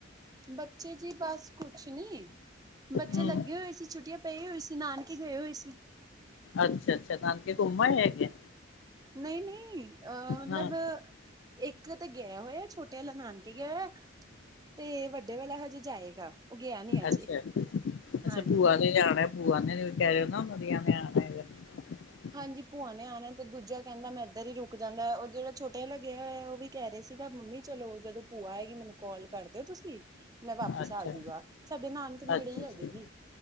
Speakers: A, on the right; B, on the left.
A: ਬੱਚੇ ਜੀ ਬਸ ਕੁੱਛ ਨੀ ਬੱਚੇ
B: ਹੂੰ,
A: ਲੱਗੇ ਹੋਏ ਸੀ ਛੁੱਟੀਆਂ ਪਏ ਹੋਏ ਸੀ ਨਾਨਕੇ ਗਏ ਹੋਏ ਸੀ।
B: ਅੱਛਾ-ਅੱਛਾ ਨਾਨਕੇ ਘੁੰਮ ਆਏ ਹੈਗੇ।
A: ਨਹੀਂ-ਨਹੀਂ ਅ ਮਤਲਬ
B: ਹਾਂ,
A: ਇੱਕ ਤੇ ਗਿਆ ਹੋਇਆ ਛੋਟੇ ਵਾਲਾ ਨਾਨਕੇ ਗਿਆ ਹੋਇਆ ਤੇ ਵੱਡੇ ਵਾਲਾ ਹਜੇ ਜਾਏਗਾ। ਉਹ ਗਿਆ ਨੀ ਅਜੇ
B: ਅੱਛਾ-ਅੱਛਾ
A: ਹਾਂਜੀ
B: ਭੂਆ ਨੇ ਆਣਾ ਭੂਆ ਨੇ ਕਿਹਾ ਰਹੇ ਹੋ ਨਾ ਰਨਾ ਕੁੜੀਆਂ ਨੇ ਆਣਾ। <unintelligible>
A: ਹਾਂਜੀ ਭੂਆ ਨੇ ਆਣਾ ਤੇ ਦੂਜਾ ਕਹਿੰਦਾ ਮੈਂ ਇਧਰ ਹੀ ਰੁਕ ਜਾਣਾ ਔਰ ਜਿਹੜਾ ਛੋਟੇ ਵਾਲਾ ਗਿਆ ਹੋਇਆ ਉਹ ਵੀ ਕਹਿ ਰਹੇ ਸੀਗਾ ਮੰਮੀ ਚਲੋ ਉਂਦਰ ਭੂਆ ਆਏਗੀ ਮੈਨੂੰ ਕਾੱਲ ਕਰ ਦਿਓ ਤੁਸੀਂ। ਮੈਂ ਵਾਪਿਸ
B: ਅੱਛਾ,
A: ਆਜੂਂਗਾ ਸਾਡੇ ਨਾਨਕੇ ਨੇੜੇ
B: ਅੱਛਾ-ਅੱਛਾ।
A: ਹੀ ਹੈਗੇ ਨੇ।
B: ਅੱਛਾ